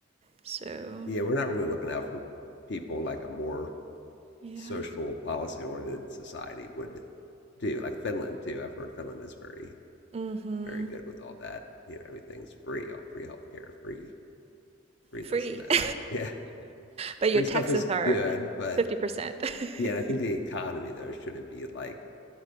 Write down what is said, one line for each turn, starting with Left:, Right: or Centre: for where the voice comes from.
Right: So,
Left: Yeah, we're not really looking out for people like a more
Right: yeah.
Left: social policy oriented society would do. Like Finland too. I've heard Finland is very
Right: Mm-hmm.
Left: very good with all that. You know, everything's free, all free healthcare, free free
Right: Free.
Left: this and that.
Right: <laughs>
Left: Yeah,
Right: But
Left: free
Right: your taxes
Left: stuff is
Right: are
Left: good, but
Right: 50%. <laughs>
Left: yeah, and I think the economy though shouldn't be like